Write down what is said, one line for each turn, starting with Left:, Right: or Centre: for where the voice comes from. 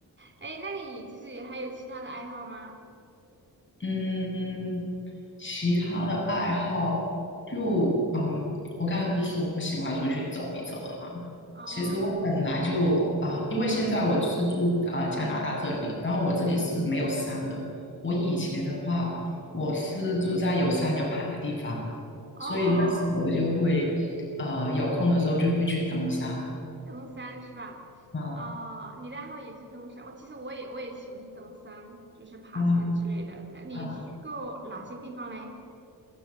Right: 哎，那你就是还有其他的爱好吗？
Left: 嗯，其他的爱好就嗯，我刚才不是说我喜欢出去走一走的嘛？
Right: 哦
Left: 其实我本来就啊、因为现在我是住啊、加拿大这里，然后我这里是没有山的。我以前的话，我是住在有山有海的地方，
Right: 哦。
Left: 所以那时候我就会呃有空的时候就会去登山
Right: 登山是吧？
Left: 啊
Right: 哦，你的爱好也是登山。我其实我也我也喜欢登山，就是爬山之类的。
Left: 啊
Right: 那你去过哪些地方嘞？
Left: 啊！